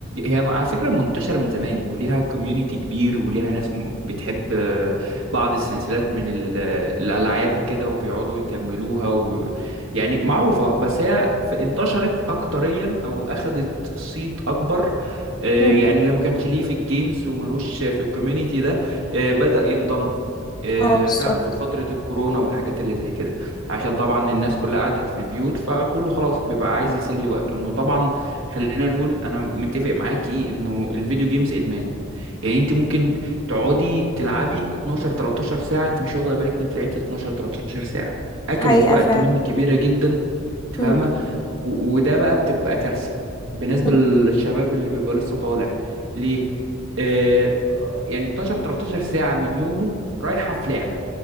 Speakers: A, on the right; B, on the left.
A: هي على فكرة منتشرة من زمان وليها كوميونيتي كبير وليها ناس م- بتحب آه، بعض السلسلات من ال- آه، الالعاب وكده وبيقعدوا يكملوها و... يعني معروفة بس هي ف- انتشرت اكتريا او اخذت صيت اكبر آه،
B: مم.
A: يعني اللي ما كانش ليه في الجيمز وملوش في الكوميونيتي ده آه، بدأ ينضم آه،
B: اه بالظبط
A: فعلا في فترة الكورونا والحاجات اللي زي كده عشان طبعا الناس كلها قعدت في البيوت فكله خلاص بيبقى عايز يسلي وقته انه طبعا خلينا نقول انا متفق معاكي انه الفيديو جيمز ادمان يعني انت ممكن تقعدي تلعبي 12 13 ساعة انت مش واخدة بالك ان انت لعبت 12 13 ساعة اكلت
B: حقيقة
A: وقت
B: فعلا
A: منك كبيرة جدا انت
B: مم.
A: فاهمه و- وده بقى بتبقى كارثه بالنسبه
B: مم.
A: للشباب اللي بيبقى لسه طالع ليه آه يعني 12 13 ساعه من يومه رايحه في لعبه